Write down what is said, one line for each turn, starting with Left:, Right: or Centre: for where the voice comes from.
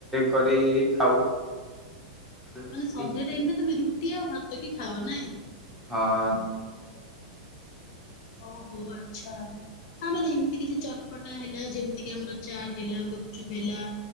Centre: କରି ଖାଉ। ରୁଟି
Left: ମାନେ ସନ୍ଧ୍ୟା ଟାଇମ ରେ ତମେ ରୁଟି ଆଉ ଭାତ କି ଖାଅ ନାଇଁ।
Centre: ହଁ।
Left: ଓ ହୋ ଆଛା। ହଁ ମାନେ ଏମିତି କିଛି ଚଟପଟା ହେଲା ଯେମିତି କି ଆମର ଚାଟ୍ ହେଲା ଗୁପଚୁପ ହେଲା।